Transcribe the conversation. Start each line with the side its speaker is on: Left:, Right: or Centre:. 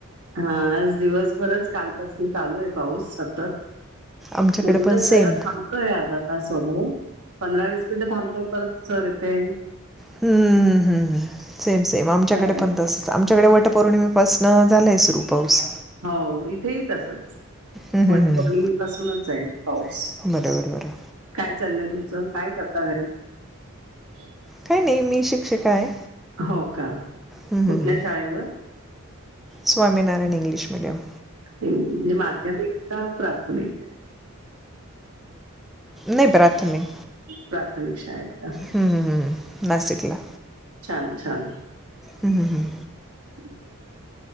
Right: हा आज दिवसभरच कालपासून चालू आहे पाऊस सतत
Centre: आमच्याकडे
Right: मधूनच
Centre: पण
Right: जरा
Centre: सेम
Right: थांबतो अर्धा तास पाहू पंधरा वीस मिनिटं थांबतोय परत सर इथे
Centre: हम्मम्- हमम सेम -सेम आमच्याकडे
Right: चालेल
Centre: पण तस आमच्याकडे वटपौर्णिमेपासनं झालंय सुरू पाऊस
Right: हो इथेही तसच
Centre: हं, हं,
Right: वटपौर्णिमेपासूनच
Centre: हं.
Right: आहे पाऊस
Centre: बरं- बरं -बरं
Right: काय चाललंय तुमचं काय करता घरी <inaudible>
Centre: काही नाही मी शिक्षिका आहे
Right: हो का
Centre: हं, हं,
Right: कुठल्या
Centre: हं.
Right: शाळेवर?
Centre: Swaminarayan English medium.
Right: म्हणजे माध्यमिक का प्राथमिक.
Centre: नाही प्राथमिक
Right: प्राथमिक शाळेत का
Centre: हम्म- हम्म हम् नाशिकला
Right: छान- छान
Centre: हम् -हम् -हम्
Right: बरं